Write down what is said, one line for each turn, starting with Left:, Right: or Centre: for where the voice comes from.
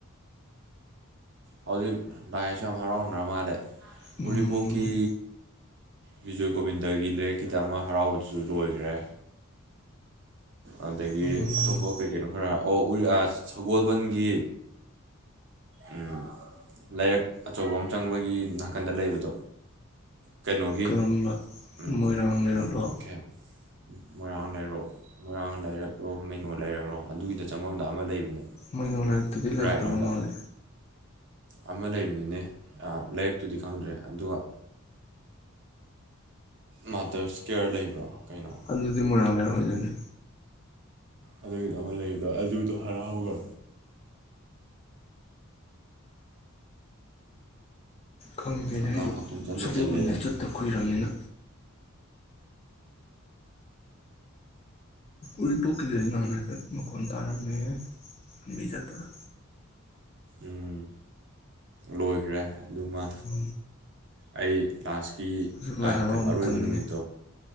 Right: ꯍꯧꯖꯤꯛ ꯂꯥꯏꯁꯨ ꯌꯥꯝ ꯍꯔꯥꯎꯅꯔ ꯃꯥꯜꯂꯦ
Left: ꯎꯝ
Right: ꯎꯔꯤꯄꯣꯛꯀꯤ ꯕꯤꯖꯣꯏ ꯒꯣꯕꯤꯟꯗꯒꯤ ꯂꯔꯛꯀꯤꯗ ꯑꯃ ꯍꯔꯥꯎꯕꯗꯨꯁꯨ ꯂꯣꯏꯈ꯭ꯔꯦ꯫ ꯑꯗꯒꯤ
Left: ꯎꯝ
Right: ꯑꯇꯣꯞꯄ ꯀꯩ ꯀꯩꯅꯣ ꯈꯔ ꯑꯣ ꯎꯔꯤ ꯑꯥ ꯁꯒꯣꯜꯕꯟꯒꯤ ꯎ ꯂꯥꯏꯔꯛ ꯑꯆꯧꯕ ꯑꯃ ꯆꯪꯕꯒꯤ ꯅꯥꯀꯟꯗ ꯂꯩꯕꯗꯣ ꯀꯩꯅꯣꯒꯤ
Left: ꯀꯔꯝꯕ
Right: ꯎꯝ
Left: ꯃꯣꯏꯔꯥꯡ ꯂꯩꯔꯛꯂꯣ
Right: ꯎꯝ ꯊꯦꯡ ꯃꯣꯏꯔꯥꯡ ꯂꯩꯔꯣꯛ ꯃꯣꯏꯔꯥꯡ ꯂꯩꯔꯛ꯭ꯔꯣ ꯃꯩꯅꯣ ꯂꯩꯔꯛꯔꯣ ꯑꯗꯨꯒꯤꯗ ꯆꯪꯐꯝꯗ ꯑꯃ ꯂꯩꯕꯅꯦ꯫
Left: ꯃꯩꯅꯣ ꯂꯥꯏꯔꯤꯛꯇꯗꯤ ꯂꯩꯇꯕ
Right: ꯔꯥꯏꯠ ꯔꯣꯝꯗ
Left: ꯃꯥꯂꯦ꯫
Right: ꯑꯃ ꯂꯩꯕꯅꯤꯅꯦ ꯂꯥꯏꯔꯤꯛꯇꯨꯗꯤ ꯈꯪꯗ꯭ꯔꯦ ꯑꯗꯨꯒ ꯃꯥꯗꯔꯁ ꯀꯦꯌꯔ ꯂꯩꯕ꯭ꯔꯥ? ꯀꯩꯅꯣ
Left: ꯑꯗꯨꯗꯤ ꯃꯣꯏꯔꯥꯡ ꯂꯩꯔꯛ ꯑꯣꯏꯗꯣꯏꯅꯦ꯫
Right: ꯑꯗꯨꯒꯤꯗ ꯑꯃ ꯂꯩꯕꯗꯣ ꯑꯗꯨꯗꯣ ꯍꯔꯥꯎꯒ
Left: ꯈꯪꯗꯦꯅꯦ
Right: ꯍꯥꯀꯥꯝꯒ
Left: ꯑꯩꯁꯨ
Right: ꯄꯪꯆꯟꯗ
Left: ꯁꯒꯣꯜꯕꯟꯗ
Right: - ꯆꯜꯂꯦꯗ꯫
Left: ꯆꯠꯇ ꯀꯨꯏꯔꯕꯅꯤꯅ ꯎꯔꯤꯄꯣꯛꯀꯤꯗꯁꯨ ꯅꯍꯥꯟ ꯍꯥꯏꯐꯦꯠ ꯃꯈꯣꯟ ꯇꯥꯔꯝꯃꯦ ꯂꯝꯕꯤ ꯆꯠꯄꯗ꯫
Right: ꯎꯝ ꯂꯣꯏꯈ꯭ꯔꯦ ꯑꯗꯨꯃ
Left: ꯎꯝ
Right: ꯑꯩ ꯂꯥꯁ ꯀꯤ
Left: ꯍꯧꯖꯤꯛ ꯂꯥꯏ ꯍꯔꯥꯎꯕ
Right: ꯀꯩꯅꯣ ꯑꯔꯣꯏꯕ
Left: ꯃꯇꯝꯅꯤꯅꯦ
Right: ꯅꯨꯃꯤꯠꯇꯣ